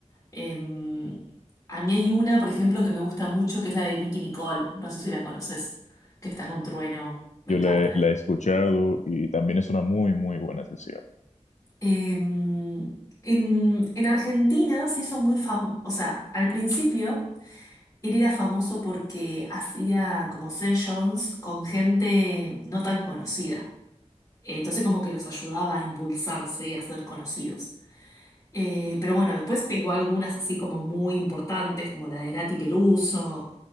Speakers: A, on the left (about 25°); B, on the left (about 75°).
A: Em, a mí hay una, por ejemplo, que me gusta mucho, que es la de Nicki Nicole. No sé si la conoces, que está con Trueno. Me
B: Yo
A: encanta.
B: la, la
A: esa.
B: he escuchado y también es una muy, muy buena sesión.
A: Em, en, en Argentina se hizo muy famoso, o sea, al principio él era famoso porque hacía como sessions con gente no tan conocida. Entonces como que los ayudaba a impulsarse y a ser conocidos. Eh, pero bueno, después pegó algunas así como muy importantes, como la de Nati Peluso.